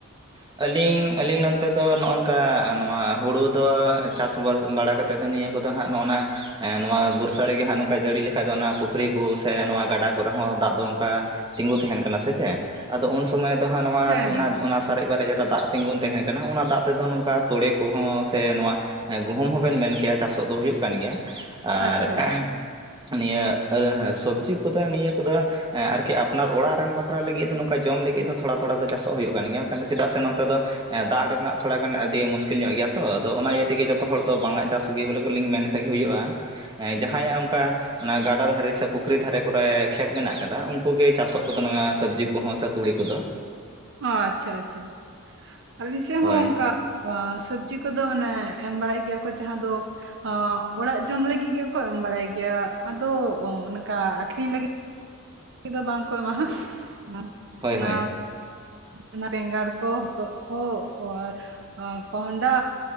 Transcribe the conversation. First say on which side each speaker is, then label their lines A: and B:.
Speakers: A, on the right (about 20°); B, on the right (about 55°).
A: ᱟᱹᱞᱤᱧ ᱟᱹᱞᱤᱧ ᱱᱚᱱᱛᱮ ᱫᱚ ᱱᱚᱜᱼᱚᱝᱠᱟ ᱱᱚᱣᱟ ᱦᱩᱲᱩ ᱫᱚ ᱪᱟᱥᱵᱟᱥ ᱵᱟᱲᱟ ᱠᱟ ᱛᱮᱫ ᱫᱚ ᱱᱤᱭᱟᱹ ᱠᱚᱫᱚ ᱦᱟᱸᱜ ᱱᱚᱜᱼᱚ ᱱᱟ ᱱᱚᱣᱟ ᱵᱚᱨᱥᱟ ᱨᱮᱜᱮ ᱦᱟᱸᱜ ᱱᱚᱝᱠᱟ ᱡᱟᱹᱲᱤ ᱞᱮᱠᱷᱟᱡ ᱫᱚ ᱚᱱᱟ ᱯᱩᱠᱷᱨᱤ ᱠᱚ ᱥᱮ ᱱᱚᱣᱟ ᱜᱟᱰᱟ ᱠᱚᱨᱮ ᱦᱚᱸ ᱫᱟᱜ ᱫᱚ ᱚᱱᱠᱟ ᱛᱤᱸᱜᱩ ᱛᱟᱦᱮᱱ ᱠᱟᱱᱟ ᱥᱮ ᱪᱮ ᱟᱫᱚ ᱩᱱ ᱥᱚᱢᱚᱭ ᱫᱚ ᱦᱟᱸᱜ ᱱᱚᱣᱟ
B: ᱦᱮᱸ
A: ᱚᱱᱟ
B: ᱦᱮᱸ
A: ᱚᱱᱟ ᱥᱟᱨᱮᱡ ᱵᱟᱨᱮᱡ ᱡᱮᱴᱟ ᱫᱟᱜ ᱛᱤᱸᱜᱩᱱ ᱛᱟᱦᱮᱸ ᱠᱟᱱᱟ ᱚᱱᱟ ᱫᱟᱜ ᱛᱮᱫᱚ ᱱᱚᱝᱠᱟ ᱛᱳᱲᱮ ᱠᱚᱦᱚᱸ ᱥᱮ ᱱᱚᱣᱟ ᱜᱩᱦᱩᱢ ᱦᱚᱸ ᱵᱮᱱ ᱢᱮᱱ ᱠᱮᱭᱟ ᱪᱟᱥᱚᱜ ᱫᱚ ᱦᱩᱭᱩᱜ ᱠᱟᱱ ᱜᱮᱭᱟ ᱟᱨ
B: ᱟᱪᱪᱷᱟ ᱟᱪᱪᱷᱟ
A: ᱮᱦ ᱱᱤᱭᱟᱹ <unintelligible> ᱥᱚᱵᱡᱤ ᱠᱚ ᱫᱚ ᱱᱤᱭᱟᱹ ᱠᱚ ᱫᱚ ᱟᱨᱠᱤ ᱟᱯᱱᱟᱨ ᱚᱲᱟᱜ ᱚᱱᱠᱟᱱ ᱵᱟᱠᱷᱨᱟ ᱞᱟᱹᱜᱤᱫ ᱫᱚ ᱱᱚᱝᱠᱟ ᱡᱚᱢ ᱞᱟᱹᱜᱤᱫ ᱫᱚ ᱛᱷᱚᱲᱟ ᱛᱷᱚᱲᱟ ᱫᱚ ᱪᱟᱥᱚᱜ ᱦᱩᱭᱩᱜ ᱠᱟᱱ ᱜᱮᱭᱟ ᱪᱮᱫᱟᱜ ᱥᱮ ᱱᱚᱛᱮ ᱫᱚ ᱫᱟᱜ ᱨᱮᱱᱟᱜ ᱛᱷᱚᱲᱟ ᱜᱟᱱ ᱟᱹᱰᱤ ᱢᱩᱥᱠᱤᱞ ᱧᱚᱜ ᱜᱮᱭᱟ ᱛᱚ ᱟᱫᱚ ᱚᱱᱟ ᱤᱭᱟᱹ ᱛᱮᱜᱮ ᱡᱚᱛᱚ ᱦᱚᱲ ᱫᱚ ᱵᱟᱝ ᱟᱜ ᱪᱟᱥ ᱥᱩᱜᱤᱸ ᱵᱚᱞᱚ ᱠᱚᱨᱮᱞᱤᱧ ᱢᱮᱱ ᱞᱮᱠᱷᱟᱡ ᱜᱮ ᱦᱩᱭᱩᱜᱼᱟ᱾ ᱦᱮᱸ ᱡᱟᱦᱟᱸᱭᱟᱜ ᱚᱱᱠᱟ ᱚᱱᱟ ᱜᱟᱰᱟ ᱫᱷᱟᱨᱮ ᱥᱮ ᱯᱩᱠᱷᱨᱤ ᱫᱷᱟᱨᱮ ᱠᱚᱨᱮ ᱠᱷᱮᱛ ᱢᱮᱱᱟᱜ ᱟᱠᱟᱫᱟ ᱩᱱᱠᱩ ᱜᱮ ᱪᱟᱥᱚᱜ ᱠᱚᱫᱚ ᱱᱚᱣᱟ ᱥᱚᱵᱽᱡᱤ ᱠᱚ ᱦᱚᱸ ᱥᱮ ᱛᱩᱲᱤ ᱠᱚ ᱫᱚ
B: ᱚ ᱟᱪᱪᱷᱟ ᱟᱪᱪᱷᱟ ᱟᱹᱞᱤᱧ ᱥᱮᱫ
A: ᱦᱳᱭ
B: ᱦᱚᱸ ᱚᱱᱠᱟ <unintelligible> ᱥᱚᱵᱽᱡᱤ ᱠᱚ ᱫᱚ ᱚᱱᱮ ᱮᱢ ᱵᱟᱲᱟᱭ ᱜᱮᱭᱟ ᱠᱚ ᱡᱟᱦᱟᱸ ᱫᱚ ᱚ ᱚᱲᱟᱜ ᱡᱚᱢ ᱞᱟᱹᱜᱤᱫ ᱜᱮ ᱠᱚ ᱮᱢ ᱵᱟᱲᱟᱭ ᱜᱮᱭᱟ ᱟᱫᱚ ᱚᱱᱠᱟ ᱟᱠᱷᱨᱤᱧ ᱞᱟᱹᱜᱤᱫ <inaudible> ᱫᱚ ᱵᱟᱝ ᱠᱚ ᱮᱢᱟ ᱦᱟᱸᱜ <unintelligible>
A: ᱦᱳᱭ
B: ᱚᱱᱟ
A: ᱦᱳᱭ
B: ᱚᱱᱟ ᱵᱮᱸᱜᱟᱲ ᱠᱚ ᱦᱚᱛᱚᱜ ᱠᱚ <unintelligible> ᱠᱚᱦᱚᱱᱰᱟ